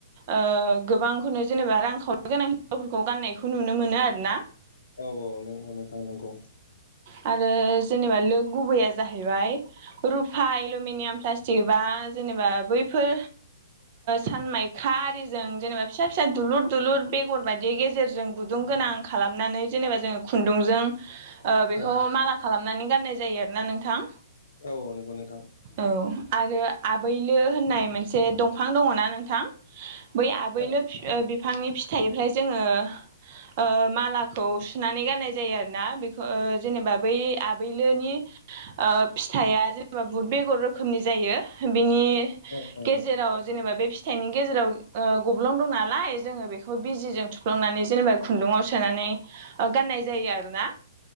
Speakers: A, on the right; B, on the left.
A: ओ गोबांखौनो जेनेबा रांखावरनो गोनां हिन्जावफोरखौ गाननायखौ नुनो मोनो आरो ना।
B: औ औ नों नों थां नांगौ।
A: आरो जेनेबा लुगुबैया जाहैबाय रुफा एलमिनियाम प्लास्टिक बा जेनेबा बैफोर सानमायखा आरिजों जेनेबा फिसा फिसा दुलुर दुलुर बेगर बायदि गेजेरजों गुदुं गोनां खालामनानै जेनेबा जों खुन्दुंजों ओ बेखौ
B: औ
A: माला खालामनानै गाननाय जायो आरोना नोंथां।
B: औ नंगौ नोंथां।
A: औ आरो आबैलो होननाय मोनसे दंफां दङना नोंथां? बै आबैलो
B: औ
A: बि ओ बिफांनि फिथाइनिफ्राय जोङो ओ मालाखौ सुनानै गाननाय जायो आरोना बेखौ ओ जेनेबा ओ बै आबैलोनि ओ फिथाइया जेनेबा बुद बेगर रोखोमनि जायो बेनि
B: औ औ
A: गेजेराव जेनेबा बे फि थाइनि गेजेराव ओ गब्लं दं नालाय जोङो बेखौ बिजिजों थुफ्लांनानै जेनेबा खुन्दुङाव सोनानै ओ गाननाय जायो आरो ना